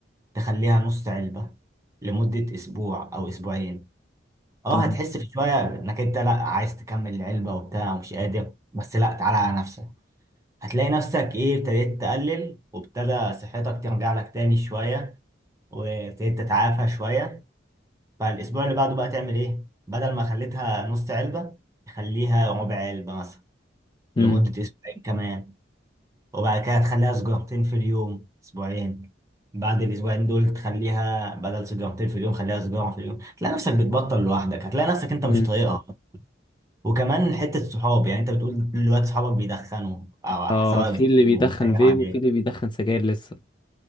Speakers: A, on the right; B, on the left.
A: تخليها نص علبه لمده اسبوع او اسبوعين اه
B: تمام
A: هتحس في شويه انك انت لا عايز تكمل العلبه وبتاع ومش قادر بس لا تعالى على نفسك هتلاقي نفسك ايه ابتديت تقلل وابتدى صحتك ترجع لك تاني شوية وابتديت تتعافى شوية فالأسبوع اللي بعده بقى تعمل ايه؟ بدل ما خليتها نص علبة تخليها ربع علبة مثلا لمدة
B: امم
A: أسبوعين كمان وبعد كده تخليها سجارتين في اليوم أسبوعين بعد الأسبوعين دول تخليها بدل سجارتين في اليوم خليها سجارة في اليوم هتلاقي نفسك بتبطل لوحدك هتلاقي نفسك أنت
B: امم
A: مش طايقها وكمان حتة صحاب يعني أنت بتقول دلوقتي صحابك بيدخنوا أو
B: اه
A: سواء
B: في اللي بيدخن
A: أو تغيير
B: فيب
A: عادية
B: وفي اللي بيدخن سجاير لسه